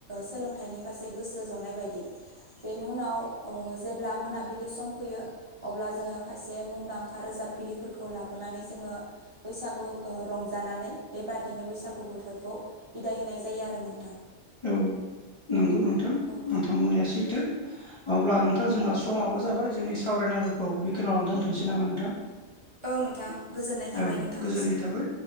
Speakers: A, on the right; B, on the left.
A: सोलोंथाइनि फारसे गोसो जनाय बायदि बेनि उनाव जेब्ला मोनाबिलि सम फैयो अब्ला जोङो खायसे मुंदांखा रोजाब गिरिफोरखौ लाबोनानै जोङो बैसागु रंजानानै बेबादिनो बैसागु बोथोरखौ बिदाय होनाय जायो आरो नों
B: औ नंगौ नोंथां
A: औ
B: नोंथां बुंनाया सैथो अब्ला नोंथां जोंना समाबो जाबाय जोंनि सावरायनांगौखौ बेखिनियावनो दोनथ'नोसै नामा नोंथां
A: औ नोंथां गोजोननाय थाबाय
B: औ
A: नोंथांनिसिम
B: गोजोननाय थाबाय